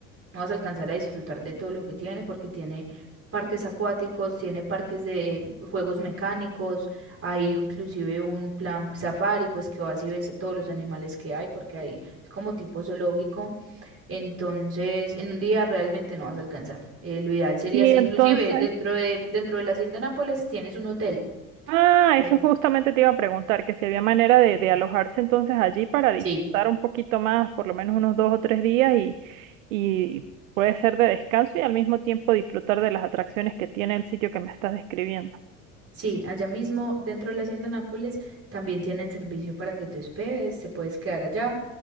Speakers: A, on the right; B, on the right.
A: No vas a alcanzar a disfrutar de todo lo que tiene porque tiene parques acuáticos, tiene parques de juegos mecánicos, hay inclusive un plan safari, pues que vas y ves a todos los animales que hay porque hay, es como tipo zoológico. Entonces, en un día realmente no vas a alcanzar. Eh, lo ideal sería,
B: Y
A: inclusive
B: entonces,
A: dentro de, dentro de la Hacienda Nápoles tienes un hotel.
B: Ah,
A: Ok.
B: eso justamente te iba a preguntar, que si había manera de, de alojarse entonces allí para disfrutar
A: Sí,
B: un poquito más, por lo menos unos dos o tres días y, y puede ser de descanso y al mismo tiempo disfrutar de las atracciones que tiene el sitio que me estás describiendo.
A: sí, allá mismo dentro de la Hacienda Nápoles también tienen servicio para que te hospedes, te puedes quedar allá